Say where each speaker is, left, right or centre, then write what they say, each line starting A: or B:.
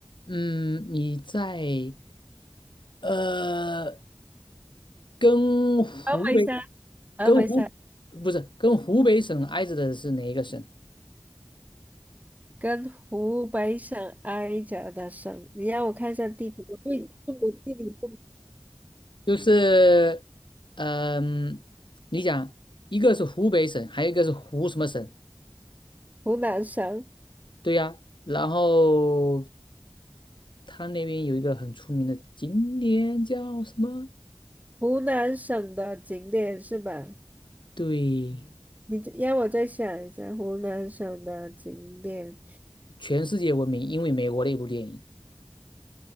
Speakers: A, on the left (about 70°); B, on the right (about 20°).
A: 嗯，你在呃跟湖北
B: 峨眉山、峨眉山
A: 跟湖不是跟湖北省挨着的是哪一个省？
B: 跟湖北省挨着的省，你让我看一下地图，我对中国地理不，
A: 就是呃嗯，你讲一个是湖北省，还有一个是湖什么省？
B: 湖南省，
A: 对呀，然后他那边有一个很出名的景点叫什么？
B: 湖南省的景点是吧？
A: 对，
B: 你让我再想一下湖南省的景点，
A: 全世界闻名，因为美国的一部电影。